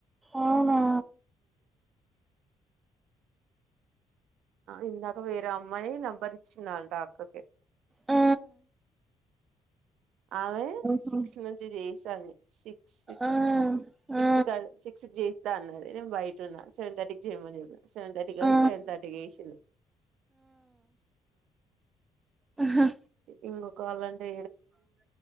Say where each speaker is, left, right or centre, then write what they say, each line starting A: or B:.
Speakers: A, on the right (about 20°); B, on the right (about 80°).
A: అవునా
B: ఇందా వేర అమ్మయి నంబరిచ్చన్నాడాకకి
A: ఆ
B: ఆమె
A: ఓహో
B: సిక్స్ నుంచి చేసి దాన్ని సిక్స్ కి
A: ఆ
B: సిక్స్
A: ఆ
B: క సిక్స్ జే అన్నది నేను బయట ఉన్నా సెవెన్ థర్టీకి చేయమని చెప్పిన సెవెన్ తర్టీకి <unintelligible>
A: ఆ
B: టెన్ తర్టీకి చేసింది
A: ఆహా
B: ఇంకో కాలంటే